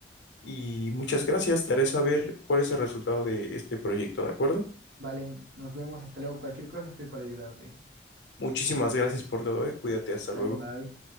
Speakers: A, on the left; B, on the right.
A: Y muchas gracias, te haré saber cuál es el resultado de este proyecto, ¿de acuerdo?
B: Vale, nos vemos, hasta luego. Cualquier cosa estoy para ayudarte.
A: Muchísimas gracias por todo, eh. Cuídate, hasta
B: Vale,
A: luego.
B: bye.